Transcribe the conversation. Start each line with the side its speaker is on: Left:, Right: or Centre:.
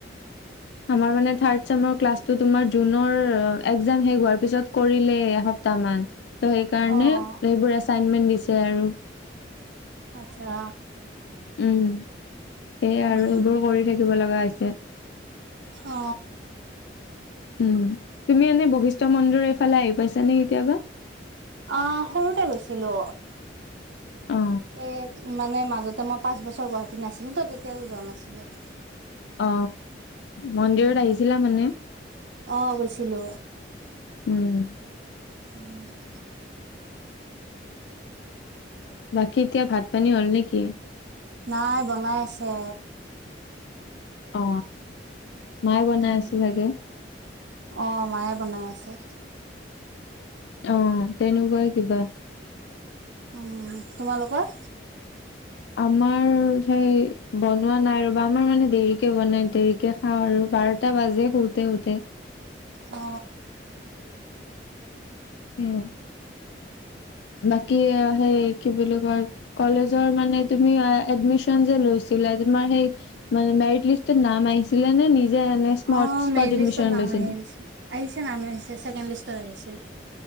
Left: আমাৰ মানে থাৰ্ড ছেমৰ ক্লাছটো তোমাৰ জুনৰ একজাম শেষ হোৱাৰ পিছত কৰিলে এসপ তামান, ত সেইকাৰণে
Right: অ',
Left: সেইবোৰ এচাইনমেন্ট দিছে আৰু।
Right: আচ্ছা।
Left: উম সেইয়াই আৰু
Right: উম,
Left: এইবোৰ কৰি থাকিব লগা হৈছে।
Right: অ।
Left: উম, তুমি এনে বশিষ্ঠ মন্দিৰ এইফালে আহি পাইছা নে কেতিয়াবা?
Right: অ সৰুতে গৈছিলো।
Left: অ
Right: এ মানে মাজতে মই পাঁচ বছৰ গুৱাহাটীত নাছিলো তো তেতিয়াও যোৱা নাছিলোঁ।
Left: অ, মন্দিৰত
Right: উম,
Left: আহিছিলা মানে?
Right: অ', গৈছিলো।
Left: উম।
Right: <inaudible>
Left: বাকী এতিয়া ভাত পানী হ'ল নেকি?
Right: নাই বনাই আছে।
Left: অ, মায়ে বনাই
Right: উম,
Left: আছে চাগে?
Right: অ মায়ে বনাই আছে।
Left: অ তেনেকুৱাই কিবা।
Right: উম তোমালোকৰ?
Left: আমাৰ সেই বনোৱা নাই ৰবা! আমাৰ মানে দেৰিকে বনাই দেৰিক কে খাওঁ আৰু বাৰটা বাজে শুতে শুতে।
Right: অ।
Left: উম, বাকী সেই কি বুলি কয়? কলেজৰ মানে তুমি এডমিশ্যন যে লৈছিলা, তোমাৰ সেই মানে মেৰিট লিষ্টত নাম আহিছিলে নে নিজে এনে স্মট
Right: অ
Left: স্পট
Right: মেৰিট
Left: এডমিশন
Right: লিষ্টত নাম
Left: লৈছিলা
Right: আহিলচ, আহিছে নাম আহিছে ছেকেণ্ড লিষ্টত আহিছিল।